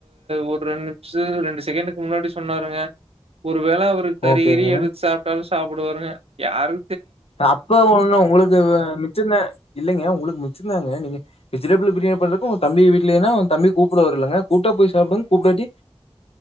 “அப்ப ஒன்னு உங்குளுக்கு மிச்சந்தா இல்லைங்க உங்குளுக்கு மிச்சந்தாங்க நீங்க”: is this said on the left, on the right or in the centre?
Left